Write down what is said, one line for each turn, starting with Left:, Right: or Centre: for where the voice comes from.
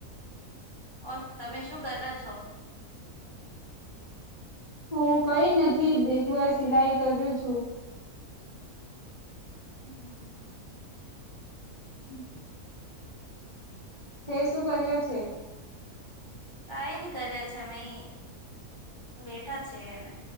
Right: ઓર તમે શું કર્યા છો
Left: હું કઈ નથી બેગને સિલાઈ કર્યો છું.
Right: હં.
Left: <inaudible> તે શું કર્યા છે
Right: કઈ ની કર્યા છે મે ઇ બેઠા છે ન.